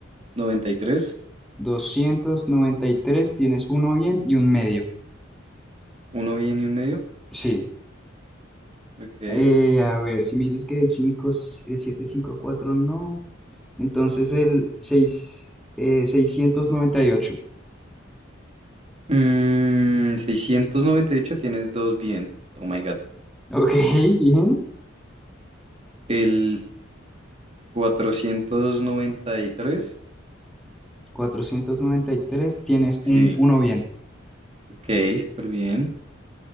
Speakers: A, on the right; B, in the centre.
A: noventa y tres,
B: Doscientos noventa y tres. tienes uno bien y un medio.
A: Uno bien y un medio.
B: sí.
A: Ok.
B: Eh, a ver, si me dices que el cinco, el setecientos cincuenta y cuatro no, Entonces el 6, eh, seiscientos noventa y ocho
A: Mm, 698 tienes dos bien. Oh my God.
B: <laughs> Ok, bien.
A: El 493.
B: cuatrocientos noventa y tres Tienes
A: Sí.
B: un, uno bien.
A: Ok, súper bien.